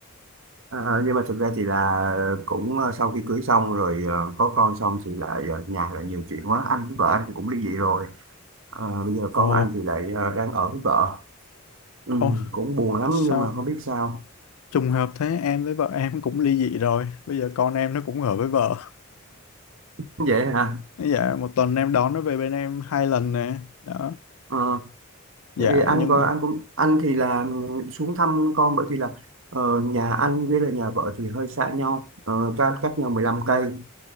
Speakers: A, on the right; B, on the left.
A: À, à, nhưng mà thực ra thì là cũng uh, sau khi cưới xong rồi uh, có con xong thì lại uh, nhà lại nhiều chuyện quá anh với vợ anh thì cũng ly dị rồi Ờ, bây giờ con
B: Ồ,
A: anh thì lại uh, đang ở với vợ ừ,
B: ồ
A: cũng buồn lắm
B: sao
A: nhưng mà không biết sao
B: trùng hợp thế em với vợ em cũng ly dị rồi Bây giờ con em nó cũng ở với vợ
A: <laughs> vậy hả
B: <laughs> Dạ một tuần em đón nó về bên em hai lần nè Đó
A: Ờ.
B: Dạ
A: Tại vì anh
B: nhưng
A: còn anh cũng anh thì là xuống thăm con bởi vì là ờ, nhà anh với là nhà vợ thì hơi xa nhau ờ, cách cách nhau mười lăm cây